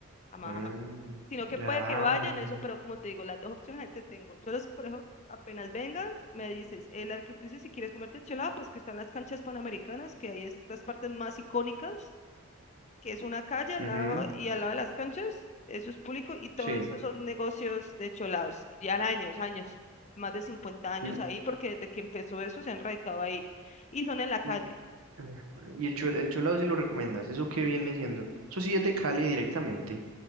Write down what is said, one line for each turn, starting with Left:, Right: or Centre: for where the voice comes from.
Left: jamás,
Right: Mm,
Left: jamás. Sino que puede
Right: ya,
Left: que vayan
Right: no,
Left: eso,
Right: no.
Left: pero como te digo, las dos opciones ahí te tengo. Solo es que, por eso, apenas vengas, me dices, eh, la que tú dices, si quieres comerte el chelado, pues que están las canchas panamericanas, que ahí es las partes más icónicas, que es una calle al
Right: Ujú,
Left: lado y al lado de las canchas, eso es público y todo
Right: sí.
Left: eso son negocios de cholados. Ya años, años, más de cincuenta años
Right: Mm,
Left: ahí, porque desde que empezó eso se han radicado ahí y son en la calle.
Right: Y, ah, y el, chul- el chulado sí lo recomiendas, ¿eso qué viene siendo? Eso sí es de Cali directamente.